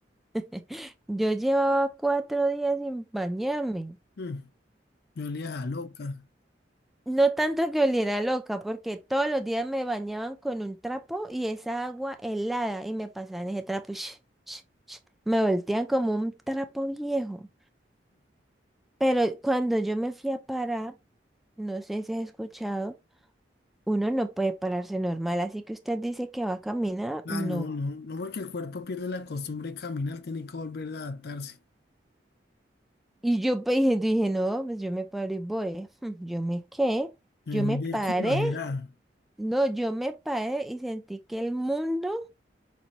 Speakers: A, in the centre; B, on the left (about 60°).
A: <laughs> Yo llevaba cuatro días sin bañarme.
B: Mm, Me olía a loca.
A: No tanto que oliera loca, porque todos los días me bañaban con un trapo y esa agua helada y me pasaban ese trapo. y sh- sh- sh, Me voltean como un trapo viejo. Pero cuando yo me fui a parar, no sé si has escuchado, uno no puede pararse normal, así que usted dice que va a caminar,
B: Ah,
A: no.
B: no, no, no, porque el cuerpo pierde la costumbre de caminar, tiene que volver a adaptarse.
A: Y yo pues, dije, <laughs> dije, no, pues yo me paro y voy. <laughs> Yo me qué,
B: Me
A: yo
B: voy
A: me
B: de
A: paré,
B: culo, será.
A: no, yo me paré y sentí que el mundo